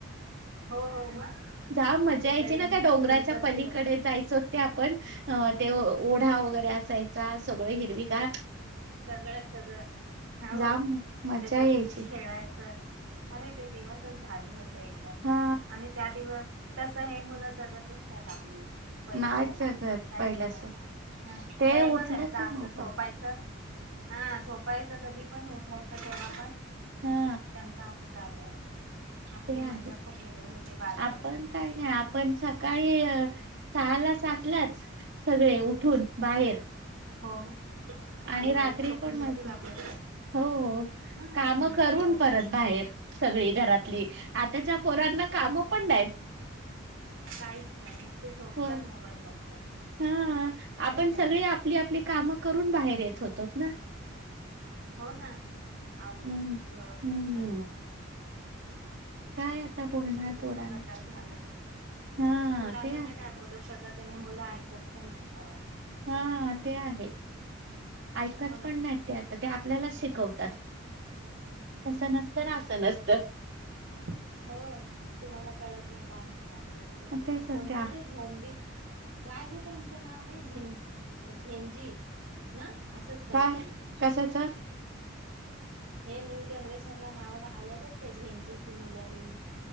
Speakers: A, on the right; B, on the right.
A: हो हो मग.
B: ज्याम मजा
A: खिचडी
B: यायची ना, त्या डोंगराच्या
A: वेफर्स
B: पलीकडे जायचं. ते आपण ते ओढा वगैरे असायचा सगळं हिरवी गार
A: सगळं सगळं हो
B: जाम
A: हो
B: मजा
A: त्याच्यात
B: यायची
A: खेळायचं. अरे ते दिवसच भारी होती. एकदम
B: हा
A: आणि त्या दिवस तस हे मुलं जगतच नाही आपली. पहिल्यासारखी
B: नाहीच जगत
A: काहीच
B: पहिल्यास
A: नाही.
B: ते
A: हे बघ
B: उठलं
A: ह्याचं
B: की
A: असं
B: मोबाईल
A: झोपायच हा झोपायचं कधी पण, उठायचं केव्हा पण.
B: हा
A: त्यांच असे चालू आहे. आपली
B: ते आहे.
A: मजा खूप वेगळी होती बालपणीची
B: आपण काय नाही आपण सकाळी सहाला, सातलाच सगळे उठून बाहेर.
A: हो मग.
B: आणि
A: आई
B: रात्री
A: वडील झोपून
B: पण मज्जा.
A: देतील आपले
B: हो
A: हम्म
B: काम करून
A: लवकर
B: परत
A: झोप
B: बाहेर सगळी घरातली. आताच्या पोरांना काम पण नाहीत.
A: काहीच नाही नुसते झोपतात
B: होय.
A: मोबाईल बघतात.
B: हा
A: तर
B: आपण
A: काय
B: सगळे आपली आपली काम करून बाहेर येत होतोत ना.
A: हो ना. आवरून
B: हम्म
A: व्यवस्थित
B: हम्म
A: सगळं.
B: काय आता
A: खूपच
B: बोलणार
A: विचित्र
B: पोरांना
A: प्रकार झालाय.
B: हा
A: मुलांना
B: ते
A: नाही काय बोलू शक त त्याने मुलं ऐकत पण नाहीत बाबा.
B: हा ते आहे. ऐकत
A: हो ना.
B: पण नाही ते आता. ते आपल्याला शिकवतात. तस नसतं ना असं नसत.
A: हो तुम्हाला कळत नाही काय म्हने. आ जनरेशन
B: ते सध्या
A: कोणतं ते झोंबिक काय गं त्यांचं नाव आहे. झें झेंजी ना? असंच काहीतरी
B: काय, कशाच?
A: हे न्यू जनरेशन ला नावला आलंय बघ ते झेंजी कि मुलंही.